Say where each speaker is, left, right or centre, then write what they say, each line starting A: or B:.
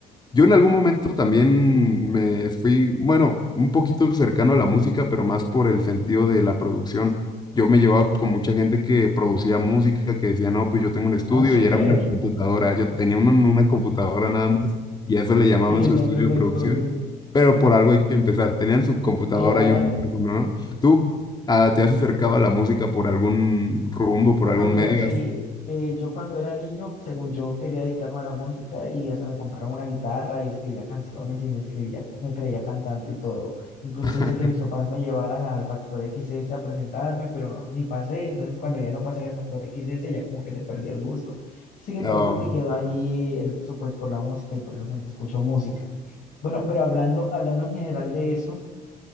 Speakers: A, on the left; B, on the left.
A: Yo en algún momento también me fui, bueno, un poquito cercano a la música, pero más por el sentido de la producción. Yo me llevaba con mucha gente que producía música, que decía, no, pues yo tengo un estudio
B: Ah, súper.
A: y era una computadora. Yo tenía una, una computadora nada más y a eso le llamaban
B: Y decían
A: su estudio
B: que un
A: de
B: estudio.
A: producción. Pero por algo hay que empezar. Tenían su computadora
B: Claro.
A: y un micrófono, ¿no? ¿Tú ah, te has acercado a la música por algún rumbo, por
B: Bueno,
A: algún
B: mira,
A: medio?
B: sí, eh, yo cuando era niño, según yo, quería dedicarme a la música y hasta me compraron una guitarra y escribía canciones y me escribía, me creía cantante y todo. Incluso
A: <laughs>
B: hice que mis papás me llevaran al Factor X XS a presentarme, pero no, ni pasé. Entonces, cuando ya no pasé en el Factor X XS, ya como que le perdí el gusto. Sin embargo,
A: Ah,
B: me quedó ahí el gusto pues por la música y por eso siempre escucho música. Bueno, pero hablando, hablando en general de eso.